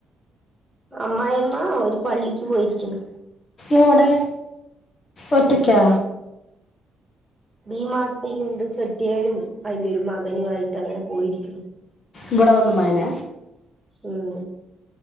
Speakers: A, in the centre; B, on the left (about 40°).
A: അമ്മായിമ്മ ഓര് പള്ളിക്ക് പോയിരിക്ക്ണ്
B: എവടെ ഒറ്റക്ക്യ
A: ഈ മാസത്തെ ഇന്ദു സദ്യലും അയന്റെരു മകനുയിട്ട് അങ്ങനെ പോയിരിക്കുന്നു
B: ഇവിടെ വന്ന മകന
A: ഉം